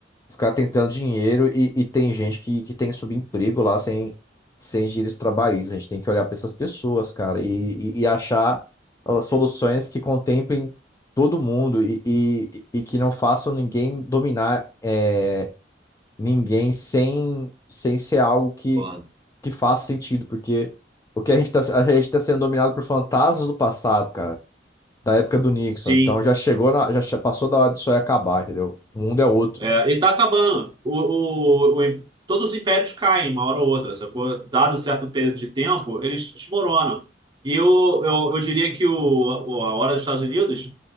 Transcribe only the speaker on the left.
os caras tentando dinheiro e, e tem gente que, que tem subemprego lá sem, sem direitos trabalhistas. A gente tem que olhar para essas pessoas, cara, e, e, e achar ah, soluções que contemplem todo mundo e, e, e que não façam ninguém dominar eh, ninguém sem, sem ser algo que,
que faça sentido, porque. O que a gente está, a gente tá sendo dominado por fantasmas do passado, cara da época do Nixon.
Então já chegou na, já che- passou da hora disso aí acabar, entendeu? O mundo é outro.